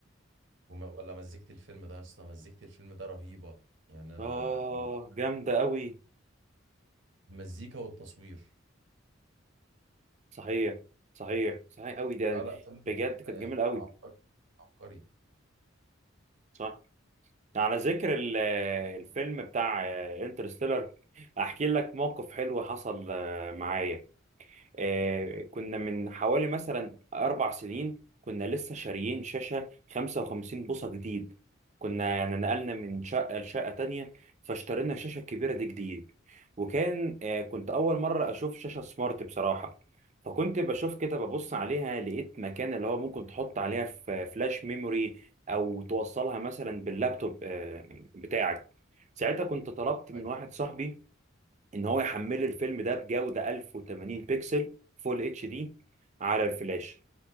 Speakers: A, on the right; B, on the right.
A: وما- ولا مزجت الفيلم ده يا اسطى مزجت الفيلم ده رهيبه يعني انا
B: اه
A: من اكتر
B: جامده قوي
A: المزيكا والتصوير
B: صحيح صحيح صحيح قوي ده
A: اه لا سلمى
B: بجد كانت
A: آه،
B: جميله قوي
A: عبقري عبقري
B: صح على ذكر ال- الفيلم بتاع انترستيلر احكي لك موقف حلو حصل آه، معايا آه، كنا من حوالي مثلا أربع سنين كنا لسه شاريين شاشة 55 بوصة جديد كنا يعني نقلنا من شقة لشقة تانية فاشترينا الشاشة الكبيرة دي جديد وكان آه، كنت أول مرة أشوف شاشة سمارت بصراحة فكنت بشوف كده ببص عليها لقيت مكان اللي هو ممكن تحط عليها ف- فلاش ميموري أو توصلها مثلا باللابتوب آه، بتاعك ساعتها كنت طلبت من
A: أيوة.
B: واحد صاحبي ان هو يحمل لي الفيلم ده بجودة 1080 بكسل فول اتش دي على الفلاش